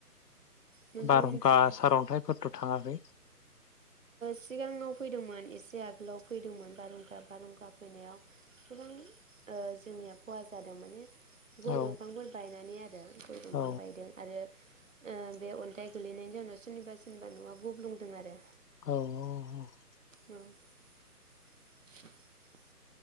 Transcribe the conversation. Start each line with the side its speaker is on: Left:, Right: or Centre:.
Right: नोंथांमोननिथिंलाय
Left: बारहुंखा सारन्थाइफोरथ' थाङाखै?
Right: सिगाङाव फैदोंमोन एसे आगोलाव फैदोंमोन बारहुंखा बारहुंखा फैनायाव गोबां जोंनिया खहा जादों माने गय
Left: औ
Right: दंफांफोर बायनानै आरो गय दंफां
Left: औ
Right: बायदों आरो बे अन्थाइ गोलैनायनि जाउनाव सोरनिबा सोरनिबा न'आ गुब्लुंदों आरो
Left: औ औ।
Right: औ <inaudible>